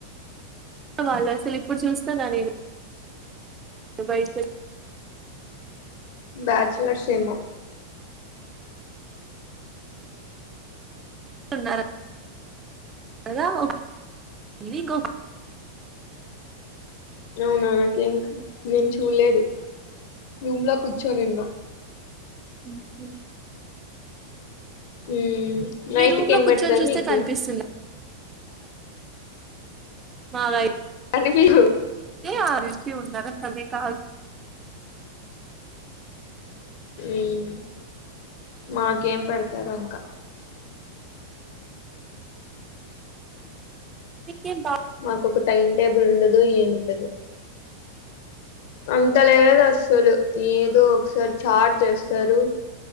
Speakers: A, on the right; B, on the left.
A: వాళ్ళ అస్సల్ ఇప్పుడు చూస్తానా నేను <unintelligible> బయ్ట్కో
B: బ్యాచులర్స్ ఏమో.
A: ఉన్నారు. కదా మలీకు
B: అవునా నాకేం నేను చూడలేదు. రూమ్ లో కూర్చోని ఉన్న.
A: ఉమ్
B: మ్మ్
A: మీ
B: నైట్
A: రూమ్లో
B: కి ఏం
A: కూర్చొని
B: పెడతారు
A: చూస్తే
B: మీకి
A: కనిపిస్తుందా. మాదైప్
B: అన్ని పీరు.
A: ఆర్. ఎం. పి ఉన్నారా కామే కాల్.
B: ఉమ్ మాకేం పెడతారో ఇంకా.
A: మీకు ఎంత.
B: మాకు ఒక టైం. టేబుల్ ఉండదు ఏం ఉండదు. అంత లేదస్సలు ఏదో ఒకసారి చార్ చేస్తారు.